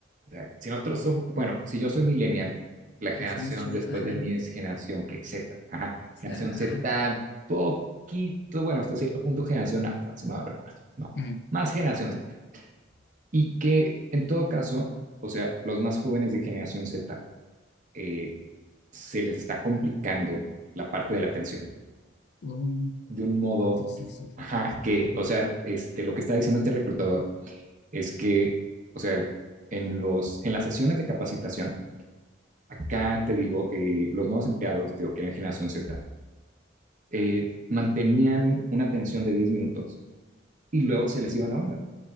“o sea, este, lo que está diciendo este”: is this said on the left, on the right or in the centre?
Right